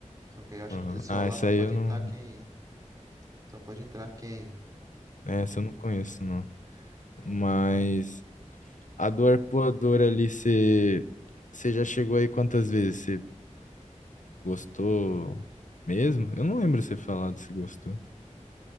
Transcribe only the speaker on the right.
Só que aí eu acho
que só,
lá
só
pode
entrar
quem, só pode entrar quem,
quem
é militar.